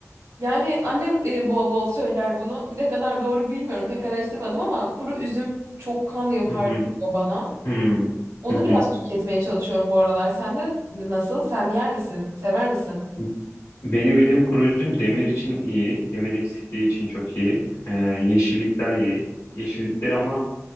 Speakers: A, on the right; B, on the left.
A: yani annem e, bol bol söyler bunu. Ne kadar doğru bilmiyorum, pek araştırmadım ama kuru üzüm çok kan yapar
B: Hı hı,
A: diyor bana.
B: hı
A: Onu
B: hı. hı
A: biraz tüketmeye çalışıyorum bu aralar. Sen de nasıl? Sen yer misin? Sever misin?
B: hı. Benim bildiğim koruyucum demir için iyi. Demir eksikliği için çok iyi. Ee, yeşillikler iyi. Yeşillikleri ama